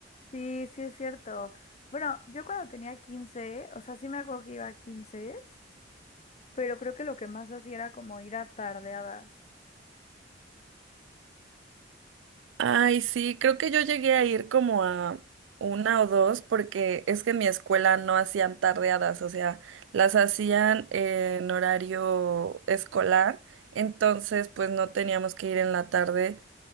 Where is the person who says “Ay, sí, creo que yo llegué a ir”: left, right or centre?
Right